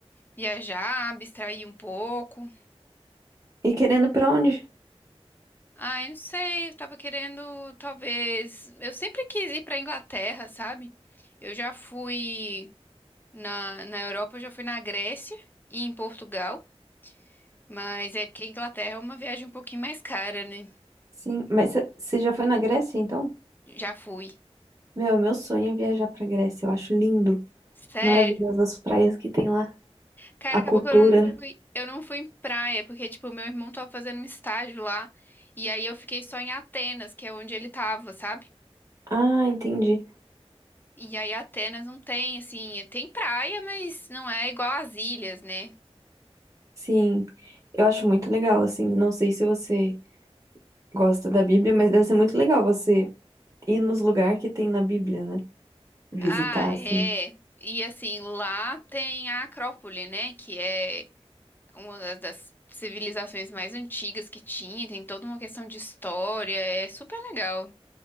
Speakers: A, on the left; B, on the right.
A: viajar, abstrair um pouco.
B: E querendo pra onde?
A: Ai, não sei, eu tava querendo, talvez. Eu sempre quis ir pra Inglaterra, sabe? Eu já fui na, na Europa, eu já fui na Grécia e em Portugal, mas é porque a Inglaterra é uma viagem um pouquinho mais cara, né?
B: Sim, mas você já foi na Grécia, então?
A: Já fui.
B: Meu, meu sonho é viajar pra Grécia. Eu acho lindo.
A: Sério?
B: Maravilhosas as praias que tem lá.
A: Cara,
B: A
A: acabou
B: cultura.
A: que eu não fui, eu não fui em praia, porque, tipo, meu irmão tava fazendo um estágio lá, e aí eu fiquei só em Atenas, que é onde ele tava, sabe?
B: Ah, entendi.
A: E aí Atenas não tem, assim, tem praia, mas não é igual às ilhas, né?
B: Sim. Eu acho muito legal, assim. Não sei se você gosta da Bíblia, mas deve ser muito legal você ir nos lugares que tem na Bíblia, né? Visitar,
A: Ah, é.
B: assim.
A: E assim, lá tem a Acrópole, né? Que é uma das, das civilizações mais antigas que tinha, tem toda uma questão de história, é super legal.